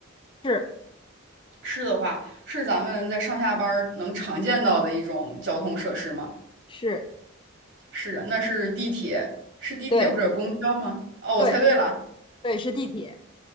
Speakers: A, on the left; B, on the right.
A: 是
B: 是的话，是咱们在上下班儿能常见到的一种交通设施吗？
A: 是，
B: 是啊，那是地铁，是地铁或者公交吗？
A: 对
B: 哦，
A: 对
B: 我猜对了，
A: 对，是地铁。